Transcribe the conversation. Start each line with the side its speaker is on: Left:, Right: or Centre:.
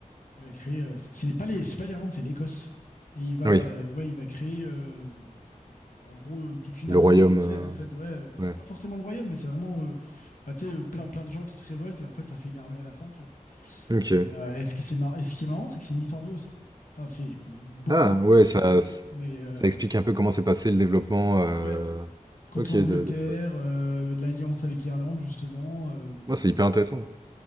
Left: il va créer. euh, c'est c'est pas les, c'est pas l'Irlande, c'est l'Écosse. Et il va,
Right: Oui.
Left: euh, ouais, il va créer. euh, bah, en gros, euh, toute une
Right: Le
Left: armée
Right: royaume.
Left: écossaise, en fait, ouais, euh, pas,
Right: euh, Ouais.
Left: pas forcément le royaume, mais c'est vraiment, euh, bah, tu sais, euh, plein, plein de gens qui se révoltent et en fait, ça fait une armée à la fin, tu vois.
Right: Ok.
Left: Et, euh, et ce qui, c'est mar- et ce qui est marrant, c'est que c'est une histoire vraie aussi. Enfin, c'est beaucoup
Right: Ah, ouais,
Left: romancé,
Right: ça,
Left: tu vois, mais euh,
Right: ça explique un peu comment s'est passé le développement euh,
Left: ouais, contre
Right: ok,
Left: l'Angleterre,
Right: de, de l'Écosse.
Left: euh, l'alliance avec l'Irlande, justement. euh,
Right: Moi, c'est hyper intéressant.